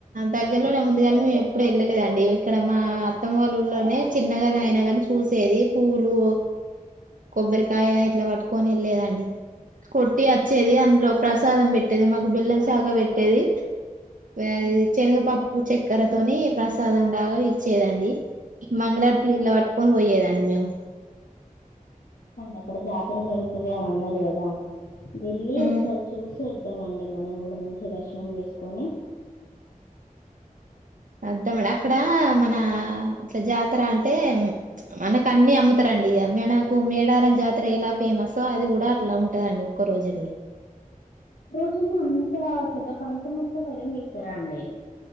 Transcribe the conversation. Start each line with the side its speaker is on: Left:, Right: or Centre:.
Right: దగ్గర ఊర్లోనే ఉందిగాని మేము ఎప్పుడు వెళ్ళలేదండి ఇక్కడ మా అత్తమ్మ వాళ్ళ ఊలోనే చిన్నగా అయినా కాని చూసేది పూలు కొబ్బరికాయ ఇట్లా పట్టుకొని ఎళ్ళలేదండి కొట్టి అచ్చేది అందులో ప్రసాదం పెట్టేది మా బెల్లం సావిగ బెట్టేది అది
Left: హ్మ్.
Right: చెనుగ పప్ చక్కెరతోని ప్రసాదం లాగా ఇచ్చేదండి మంగళార్తులు ఇలా పట్టుకొని పోయేదండి మేము
Left: అక్కడ జాతర జరుగుతది అని అన్నారు కదా వెళ్ళి
Right: ఉమ్
Left: ఒకసారి చూసి వద్దామండి మనం కూడా మంచి దర్శనం చేసుకొని
Right: మండి అక్కడా మనా ఇట్లా జాతర అంటే ప్చ్ మనక అన్ని అమ్ముతారండి ఇక మేడ మేడారం జాతర ఎలా ఫేమసో అది కూడా అట్లా ఉంటదండి ఒక్క రోజుని
Left: రోజునే అంతా సెటప్ అంత మొత్తం అరేంజ్ చేేస్తారా అండి